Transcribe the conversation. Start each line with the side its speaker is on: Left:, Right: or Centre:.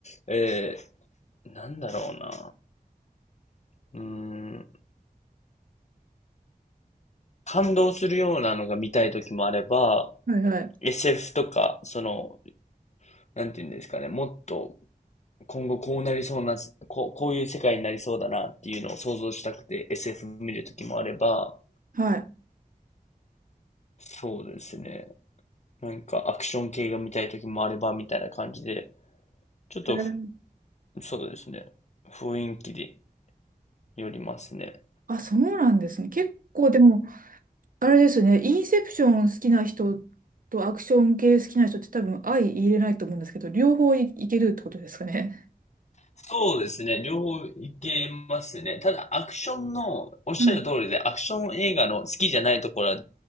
Left: えー、なんだろうな。うーん。感動するようなのが見たい時もあれば、
Right: はいはい。
Left: SF とか、その、なんていうんですかね、もっと今後こうなりそうな、こう、こういう世界になりそうだなっていうのを想像したくて SF 見るときもあれば、
Right: はい。
Left: そうですね。なんかアクション系が見たいときもあればみたいな感じで、ちょっとふ、
Right: へー
Left: そうですね。雰囲気でよりますね。
Right: あ、そうなんですね。結構でも、あれですね、インセプション好きな人とアクション系好きな人って多分相入れないと思うんですけど、両方い、いけるってことですかね。
Left: そうですね。両方いけますね。ただ、アクションの、おっしゃる通りで、
Right: はい。
Left: アクション映画の好きじゃないところは